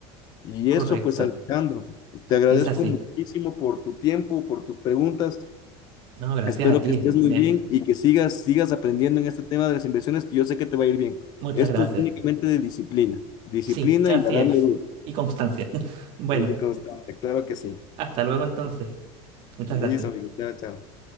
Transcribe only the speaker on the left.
Y
eso, pues, Alejandro, te agradezco
muchísimo por tu tiempo, por tus preguntas.
Espero
que estés muy
bien y que sigas, sigas aprendiendo en este tema de las inversiones, que yo sé que te va a ir bien.
Esto
es únicamente de disciplina, disciplina
y a darle
duro
y constante, claro que sí.
Listo,
amigo. Chao, chao.